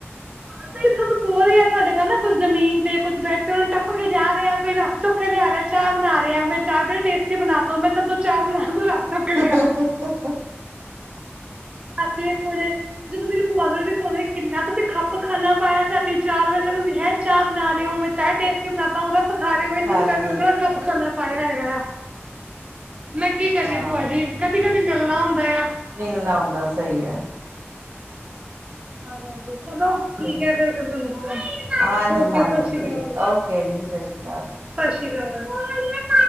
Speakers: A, on the right (about 25°); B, on the right (about 70°).
A: ਓਦਾਂ
B: ਹਮ
A: ਈਂ ਆ ਸਭ ਸੋ ਰੇਆਂ, ਸਾਡੇ ਘਰ ਨਾ ਕੁੱਛ ਜ਼ਮੀਨ ਤੇ ਕੁੱਛ ਬੈਡ ਤੇ, ਓਨਾਂ ਨੂੰ ਟੱਪ ਕੇ ਜਾ ਰੇਆ ਕੋਈ ਰੱਸ ਚੁੱਕ ਕੇ ਲਿਆ ਰੇਆ, ਚਾਹ ਬਣਾ ਰੇਆ। ਚਾਯ ਬੜੀ ਟੇਸਟੀ ਬਣਾਤਾ ਹੂੰ। ਮੈਂ ਕੇਯਾ ਚਲ ਤੂੰ ਚਾਹ ਬਣਾ ਚੁੱਕ
B: <inaudible>
A: ਕੇ ਲਿਆ ਰਾਤੀ ਏਕ ਵਜੇ ਜਦੋਂ ਮੇਰੀ ਭੂਆ ਗਲ ਵੀ ਪੋ ਕਿੰਨਾ ਤੇ ਖੱਪ-ਖਾਨਾ ਪਾਇਆ‌ ਦਾ ਰਾਤੀ ਚਾਰ ਵਜੇ ਤੱਕ ਤੁਸੀ, ਹੈਂ? ਚਾਹ ਬਣਾ ਰੇਓ। ਮੈਂ ਚਾਯ ਟੇਸਟੀ ਬਣਾਤਾ ਹੁੰ, ਰੱਸ ਖਾ ਰੇਓ, ਇੰਝ-ਇੰਝ
B: ਹਾਂਜੀ
A: ਕਰਕੇ ੜਾ ਖੱਪ-ਖਾਨਾ ਪਾਯਾ ਹੋਯਾ ਆ। ਮੈਂ ਕੀ ਕਰੀਏ,
B: ਹਾਂ
A: ਭੂਆ ਜੀ? ਕਦੀ-ਕਦੀ ਮਿਲਣਾ ਹੁੰਦਾ ਯਾ।
B: ਮਿਲਣਾ ਹੋਂਦਾ, ਸਈ ਐ।
A: ਸੁਨੋ ਠੀਕ
B: ਹੈ
A: ਐ, ਫੇਰ ਤਾਨੂੰ ਫੋਨ।
B: ਹਾਂਜੀ
A: ਓਕੇ,
B: ਹਾਂਜੀ
A: ਸਤ ਸ਼੍ਰੀ
B: ਠੀਕ
A: ਅਕਾਲ।
B: ਓਕੇ ਜੀ ਸਤਿ ਸ਼੍ਰੀ ਅਕਾਲ
A: ਸਸ ਸ਼੍ਰੀ ਅਕਾਲ।